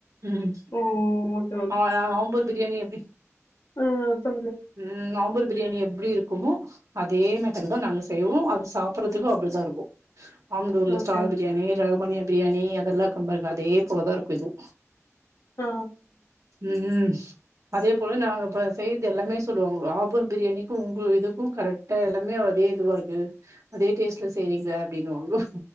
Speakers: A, on the right; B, on the left.
A: ம்
B: ஓ ஓகே
A: ஆ ஆ அம்பூர் பிரியாணி எப்டி
B: ஆ சொல்லுங்க
A: ம் அம்பூர் பிரியாணி எப்டி இருக்குமோ அதே மேத்தட்ல தா நாங்க செய்வோ அது சாப்புட்றதுக்கு அப்டிதா இருக்கு ஆம்பூர்ல
B: ஓகே
A: ஸ்டார்
B: ஓ
A: பிரியாணி ரகுமணியா பிரியாணி அதெல்லா கம்பர் அதே போல தா இருக்கு இதுவு
B: ஆ
A: ம் அதே போல நாங்க இப்ப செய்யறத எல்லாமே சொல்லுவாங்க ஆம்பூர் பிரியாணிக்கு உங்க இது கு கரெக்டா எல்லாமே அதே இதுவா இருக்கு அதே டேஸ்ட்ல செய்யறீங்க அப்டின்னுவாங்கோ